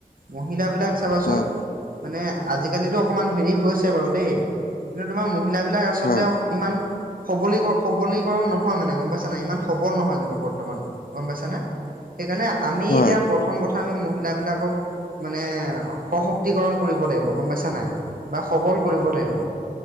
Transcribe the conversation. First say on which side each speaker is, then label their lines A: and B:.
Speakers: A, on the right; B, on the left.
A: মহিলাবিলাক চাবাচোন।
B: হয়,
A: মানে আজিকালিতো অকণমান হেৰি হৈছে বাৰু দেই, কিন্তু তোমাৰ মহিলাবলাক আচলতে
B: হয়,
A: অ ইমান সবলীক-সবলীকৰণ নহয় মানে গম পাইছা নাই ইমান সবল নহয় যেনেবা বৰ্তমান। গম পাইছা নে, সেইকাৰণে আমি
B: হয়।
A: এতিয়া প্ৰথম কথা আমি মহিলাবিলাকক মানে অ',। সশক্তিকৰণ কৰিব লাগিব গম পাইছা নাই। বা সবল কৰিব লাগিব,